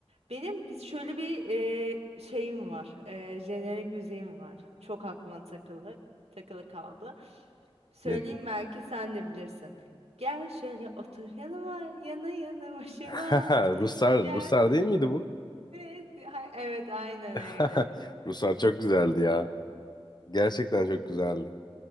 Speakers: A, on the right; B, on the left.
A: Benim bir- şöyle bir e, şeyim var, e, jenerik müziğim var. Çok aklıma takılı, takılı kaldı. Söyleyeyim
B: Nedir?
A: belki sen de bilirsin. Gel şöyle otur yanıma, yana yana başıma.
B: <laughs> Ruslar,
A: <laughs> Gel.
B: Ruslar değil
A: <laughs>
B: miydi bu?
A: Evet, ha- evet aynen
B: <laughs>
A: öyle.
B: Ruslar çok güzeldi ya. Gerçekten çok güzeldi.